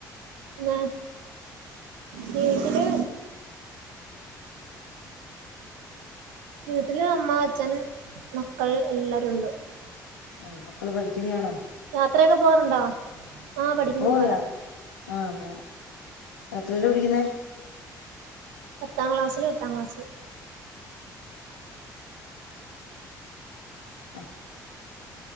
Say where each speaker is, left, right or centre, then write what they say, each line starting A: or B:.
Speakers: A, on the right; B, on the left.
A: എന്നാ വീട്ടില് വീട്ടില് അമ്മ അച്ഛൻ മക്കൾ എല്ലാരുുംണ്ട്
B: ആ മക്കള് പഠിക്കുന്നതയാണോ
A: യാത്രയൊക്കെ പോവാറുണ്ടോ? ആ പഠിക്കുന്നു
B: ഓ
A: പുള്ളേരാ.
B: ആ പോവാ എത്രയിലാ പിഠിയ്ക്കുന്നേ?
A: പത്താം ക്ലാസില്, എട്ടാം ക്ലാസില്.
B: ആ